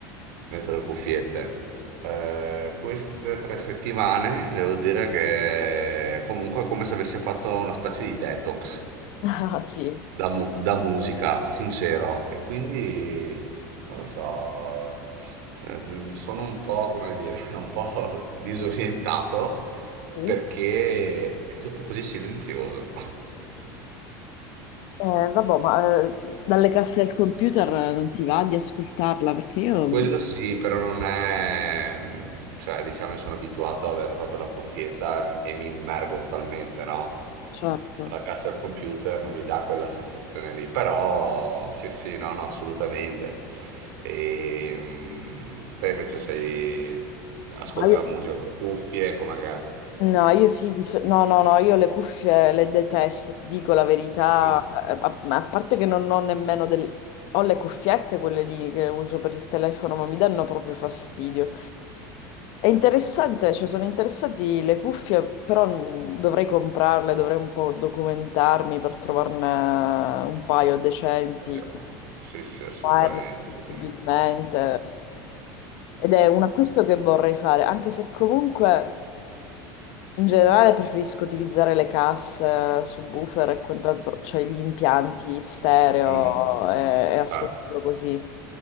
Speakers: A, on the right; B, on the left.
A: metto le cuffiette. Eh,
B: sì.
A: queste tre settimane devo dire che comunque è come se avessi fatto una specie di detox
B: Ah, sì.
A: da, mu- da musica, sincero. E quindi, non lo so, ehm, sono un po', come dire, <laughs> un po' disorientato
B: Sì.
A: perché è tutto così silenzioso.
B: Eh, vabbè, ma eh, dalle casse del computer eh, non ti va di ascoltarla perché io,
A: Quello sì, però non è... mm, cioè diciamo che sono abituato ad avere proprio la cuffietta e mi immergo totalmente, no?
B: certo,
A: La cassa al computer non mi dà quella sensazione lì, però sì sì, no, no, assolutamente. E mm, te invece sei... ascolti
B: ma io
A: la musica con le cuffie, com'è che è?
B: No, io sì, di so- no, no, no, io le cuffie le detesto, ti dico la verità,
A: Ah,
B: Eh, a, a parte che non ho nemmeno del... ho le cuffiette, quelle lì che uso per il telefono, ma mi danno proprio fastidio. È interessante, cioè sono interessanti le cuffie, però mm, dovrei comprarle, dovrei un po' documentarmi per trovarne un paio decenti,
A: io- sì sì, assolutamente,
B: wireless
A: assolutamente.
B: possibilmente. Ed è un acquisto che vorrei fare, anche se comunque... In generale preferisco utilizzare le casse, subwoofer e quant'altro, cioè gli impianti stereo
A: Mm,
B: e, e ascoltarlo
A: certo,
B: così.